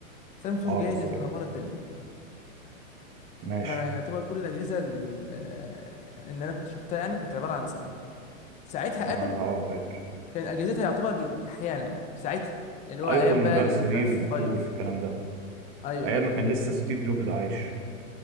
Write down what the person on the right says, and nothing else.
اه
بالظبط
ماشي
ما
أنا اه فاهم.
ايفون
بقى
3
و2 والكلام ده
ايام
ما كان لسه ستيف جوبز عايش